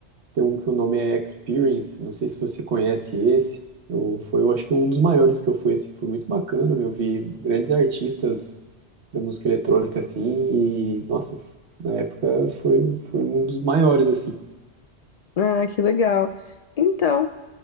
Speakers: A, on the right; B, on the left.
A: tem um que o nome é Experience, não sei se você conhece esse, eu, foi, eu acho que um dos maiores que eu fui, assim, foi muito bacana, eu vi grandes artistas da música eletrônica, assim, e, nossa, f- na época foi, foi um dos maiores, assim.
B: Ah, que legal. Então,